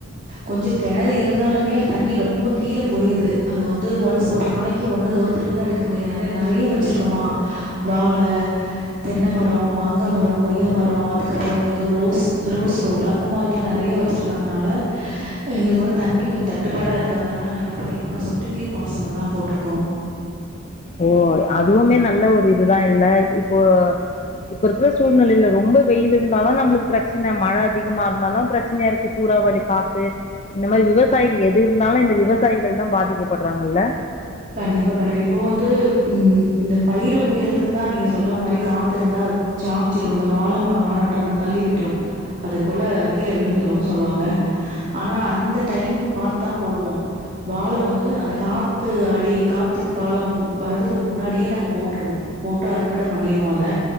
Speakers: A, on the right (about 40°); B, on the left (about 30°).
A: கொஞ்சோ கிணறு இருந்தாலுமே தண்ணி ரொம்ப கீழ போயிருது அது து வந்து ஒன்ஸ் ஒரு நாளைக்கு ஒன்னு ஒரு திருப்புதா எடுக்க முடியு ஏனா நெறயா வெச்சிருக்கோமா வாழ தென்ன மரோ, மாங்கா மரோ, கொய்யா மரோ, அதுக்கப்றோ எதோ ரோஸ் ரோஸ் ரோட் அந்த மாரில்லா நெறயா வெச்சிருக்கங்கனால எங்களுக்கு வந்து தண்ணி கொஞ்சோ தட்டுப்பாடா இருக்கறதுனால நா என்ன பண்ணிருக்கோனா சொட்டு நீர் பா சொன்னதா போட்டிருக்கோ
B: ஓ அதுவுமே நல்ல ஒரு இதுதா இல்ல இப்போ இப்ப இருக்கிற சூழ்நிலைல ரொம்போ வெயில் இருந்தாலு நம்மளுக்கு பிரச்சன மழை அதிகமா இருந்தாலும் பிரச்சனயா இருக்கு சூ றாவளி காத்து இந்த மாரி விவசாயி எது இருந்தாலு இந்த விவசாயிகள்தா பாதிக்கப்படறாங்கல்ல
A: கண்டிப்பா கண்டிப்பா இப்போ வந்து ம் இந்த பயிர் வகைகளுக்குதா நீங்க சொல்ற மாரி காத்திருந்தா சாச்சிரு இந்த வாழமரொல்லா நட்டிருந்தா தள்ளி விட்டுரு அது கொல கீழ விழுந்துரு சொல்லுவாங்க ஆனா அந்த டைமுக்கு பாத்துதா போடுவோ வாழ வந்து அந்த காத் து அடி காத்துக்கு காலோம் வர்ரதுக்கு முன்னாடியே நாங்க போட்டுருவோ போட்டு அறுவடை பண்ணிருவோ அத